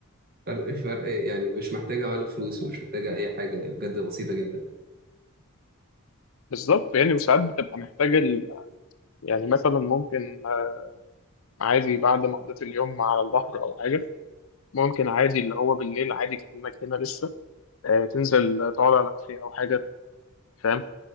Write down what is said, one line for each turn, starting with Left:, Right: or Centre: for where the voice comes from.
Right: فرق فرق يعني مش محتاجة ولا فلوس ومش محتاجة أي حاجة بجد بسيطة جدا
Left: بالظبط يعني وساعات بتبقى محتاج ال... يعني مثلا ممكن آه، عادي بعد ما قضيت اليوم على البحر او حاجه ممكن عادي اللي هو بالليل عادي كأنك هنا لسه آه، تنزل تقعد على كافيه او حاجه فاهم